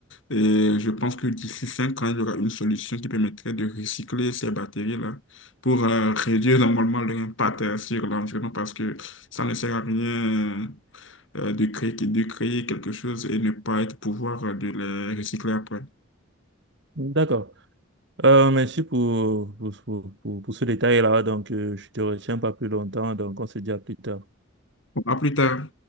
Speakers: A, on the left; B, on the right.
A: Et je pense que d'ici cinq ans, il y aura une solution qui permettrait de recycler ces batteries-là pour euh, réduire normalement leur impact euh, sur l'environnement parce que ça ne sert à rien euh, de créer, de créer quelque chose et ne pas être pouvoir euh, de les recycler après.
B: D'accord. Euh, merci pour, pour, pour, pour- pour ce détail-là. Donc, euh, je te retiens pas plus longtemps. Donc, on se dit à plus tard.
A: Bon, à plus tard.